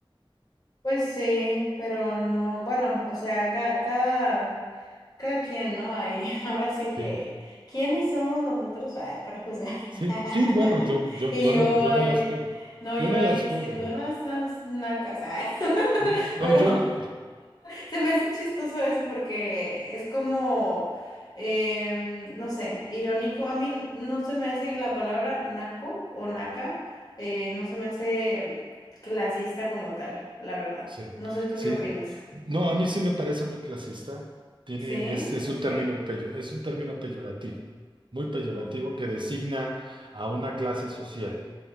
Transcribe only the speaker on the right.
Sí,
sí,
sí, bueno, yo, yo,
yo
no, yo
no las juzgo.
Yo
no
las
juzgo.
Sí, No,
yo,
sí,
sí.
No, a mí sí me parece muy clasista. Tiene,
es, es
un término peyo- es un término peyorativo, muy peyorativo
que designa a una clase social.